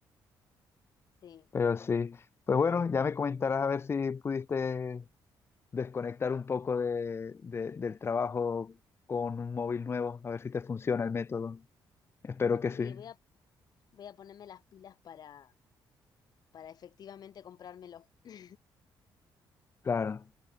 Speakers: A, on the left; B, on the left.
A: <laughs> sí,
B: pero sí. Pues bueno, ya me comentarás a ver si pudiste desconectar un poco de, de- del trabajo con un móvil nuevo, a ver si te funciona el método. Espero
A: Mm,
B: que
A: sí,
B: sí.
A: voy a, voy a ponerme las pilas para, para efectivamente comprármelos. <laughs>
B: Claro,